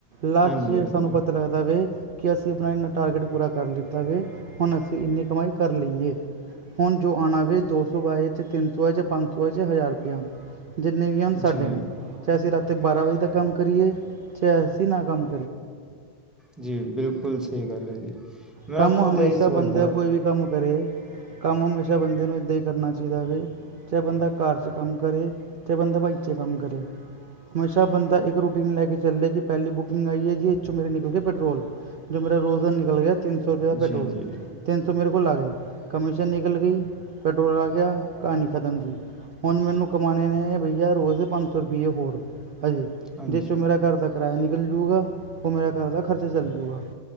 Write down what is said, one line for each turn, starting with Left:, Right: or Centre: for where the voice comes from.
Right: ਲਾਸਟ
Centre: ਹਾਂਜੀ ਹਾਂਜੀ
Right: ਸਾਨੂੰ ਪਤਾ ਲੱਗਦਾ ਬ ਕਿ ਅਸੀਂ ਆਪਣਾ ਇਨਾ ਟਾਰਗੇਟ ਪੂਰਾ ਕਰ ਲਤਾ ਵਵੇ ਹੁਣ ਅਸੀਂ ਇੰਨੀ ਕਮਾਈ ਕਰ ਲਈਏ ਹੁਣ ਜੋ ਆਉਣਾ ਵ ਦੋ ਸੌ ਬਾਏ ਤਿੰਨ ਸੌਏ ਪੰਜ ਸੌ ਹੈ ਹਜ਼ਾਰ ਰੁਪਇਆ ਜਿੰਨੇ ਵੀ ਹੁਣ ਸਾਡੇ
Centre: ਜੀ
Right: ਨੇ ਚਾਹੇ ਅਸੀਂ ਰਾਤੀ ਬਾਰਾਂ ਵਜੇ ਦਾ ਕੰਮ ਕਰੀਏ ਚਾਹੇ ਅਸੀਂ ਨਾ ਕੰਮ
Centre: ਜੀ ਬਿਲਕੁਲ ਸਹੀ ਗੱਲ ਹੈ ਜੀ ਮੈਂ
Right: ਕੰਮ
Centre: ਖੁਦ
Right: ਹਮੇਸ਼ਾ
Centre: ਇਹੀ ਸੋਚਦਾ
Right: ਬੰਦਾ ਕੋਈ ਵੀ ਕੰਮ ਕਰੇ ਕੰਮ ਹਮੇਸ਼ਾ ਬੰਦੇ ਨੂੰ ਇੱਦਾਂ ਹੀ ਕਰਨਾ ਚਾਹੀਦਾ ਕਿ ਚਾਹੇ ਬੰਦਾ ਕਾਰਰ 'ਚ ਕੰਮ ਕਰੇ ਚਾਹੇ ਬੰਦਾ ਭਾਈ ' ਕੰਮ ਕਰੇ ਹਮੇਸ਼ਾ ਬੰਦਾ ਇੱਕ ਰੂਟੀਨ ਲੈ ਕੇ ਚੱਲੇ ਕੀ ਪਹਿਲੀ ਬੁਕਿੰਗ ਆਈ ਹੈ ਜੀ ਚੋਂ ਮੇਰੇ ਨਿਕਲ ਗਏ ਪੈਟਰੋਲ ਜੋ ਮੇਰਾ ਰੋਜ਼ਾਨਾ ਨਿਕਲ ਗਿਆ ਤਿੰਨ ਸੌ ਰੁਪਏ ਦਾ ਪੈਟਰੋਲ
Centre: ਜੀ ਜੀ
Right: ਤਿੰ ਸ ਮੇਰੇਲ ਲ ਆ ਗਏ ਕਮਿਸ਼ਨ ਨਿਕਲ ਗਈ ਪੈਟਰੋਲ ਆ ਗਿਆ ਕਹਾਣੀ ਖਤਮ ਜੀ ਹੁਣ ਮੈਨੂੰ ਕਮਾਣੇ ਨੇ ਬਈਆ ਰੋਜ਼ ਦੇ ਪੰਜ ਸੌ ਰੁਪਈਏ ਹੋਰ ਹਜੇ
Centre: ਹਾਂਜੀ
Right: ਜਿਸ 'ਚੋਂ ਮੇਰਾ ਘਰ ਦਾ ਕਿਰਾਇਆ ਨਿਕਲ ਜੂਗਾ ਉਹ ਮੇਰਾ ਘਰ ਦਾ ਖਰਚਾ ਚੱਲ ਜੂਗਾ